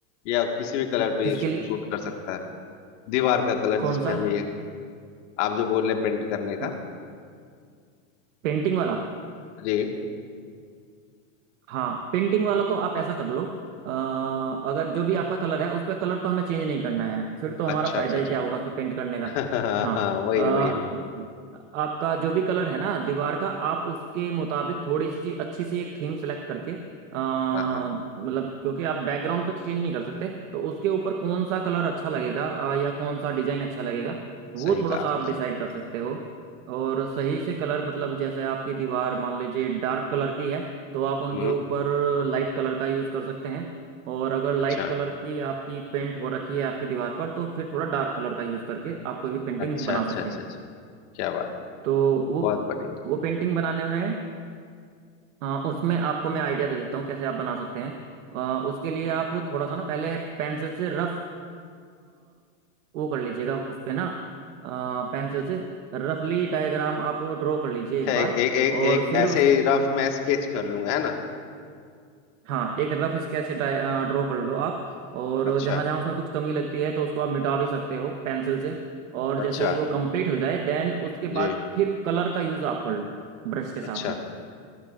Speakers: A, on the left (about 60°); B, on the right (about 75°).
A: या किसी भी कलर पे
B: किसके
A: ये शूट
B: लिए
A: कर सकता है दीवार का कलर
B: कौन
A: जिसपे
B: सा
A: हम ये आप जो बोल रहे पेंट करने का
B: हाँ पेंटिंग वाला
A: जी
B: हाँ पेंटिंग वाला तो आप ऐसा कर लो अ, अगर जो भी आपका कलर है उस पर कलर तो हमें चेंज नहीं करना है फिर तो हमारा
A: अच्छा
B: फायदा
A: अच्छा
B: ही
A: अच्छा
B: क्या होगा उस पर पेंट करने का
A: <laughs> हाँ
B: हाँ
A: हाँ वही
B: अ,
A: वही वही
B: आपका जो भी कलर है ना दीवार का आप उसके मुताबिक थोड़ी सी अच्छी सी एक थीम सेलेक्ट करके अ,
A: हाँ
B: मतलब
A: हाँ
B: क्योंकि आप बैकग्राउंड तो चेंज नहीं कर सकते तो उसके ऊपर कौन सा कलर अच्छा लगेगा अ, या कौन सा डिजाइन अच्छा लगेगा वो
A: सही कहा
B: थोड़ा सा
A: आपने
B: आप डिसाइड कर सकते हो और सही से कलर मतलब जैसे आपकी दीवार मान लीजिए डार्क कलर की है तो आप उनके
A: हम्म
B: ऊपर लाइट कलर का यूज़ कर सकते हैं और अगर लाइट
A: अच्छा
B: कलर की आपकी पेंट हो रखी है आपकी दीवार पर तो फिर थोड़ा डार्क कलर का यूज़ करके आप कोई भी पेंटिंग
A: अच्छा
B: बना
A: अच्छा
B: सकते
A: अच्छा
B: हैं
A: अच्छा क्या बात
B: तो वो
A: बहुत बढ़िया
B: वो पेंटिंग बनाने में अ, उसमें आपको मैं आइडिया दे देता हूँ कैसे आप बना सकते हैं अ, उसके लिए आप थोड़ा सा ना पहले पेंसिल से रफ वो कर लीजिएगा उस पे ना पेंसिल से रफली डायग्राम आप ड्रॉ कर लीजिए एक
A: अच्छा, एक
B: बार
A: एक एक
B: और
A: एक
B: फिर
A: ऐसे
B: उस
A: ही रफ मैं स्केच कर लूंगा है ना
B: हाँ एक रफ स्केच ड्रॉ कर लो आप और
A: अच्छा
B: जहाँ जहाँ उसमें कुछ कमी लगती है तो उसको आप मिटा भी सकते हो पेंसिल से और जैसे
A: अच्छा
B: ही वो कंप्लीट हो जाए देन उसके
A: जी
B: बाद फिर कलर का यूज़ आप कर लो ब्रश के साथ
A: अच्छा
B: में